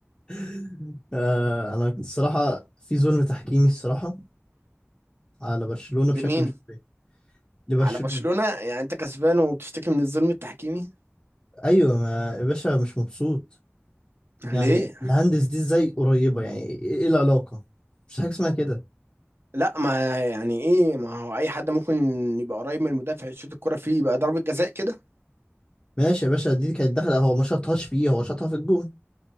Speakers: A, on the left; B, on the right.
A: <laughs> آه انا كنت الصراحه في ظلم تحكيمي الصراحه على برشلونة
B: لمين
A: بشكل مش طبيعي لبرشلونة
B: على برشلونة يعني انت كسبان وبتشتكي من الظلم التحكيمي
A: ايوه ما يا باشا مش مبسوط
B: ليه
A: يعني الهندس دي ازاي قريبه يعني ايه إيه العلاقه مش حاجه اسمها كده
B: لا ما يعني ايه ما هو اي حد ممكن يبقى قريب من المدافع يشوط الكرة فيه يبقى ضربة جزاء كده
A: ماشي يا باشا دي كانت داخله هو ما شاطهاش فيه هو شاطها في الجون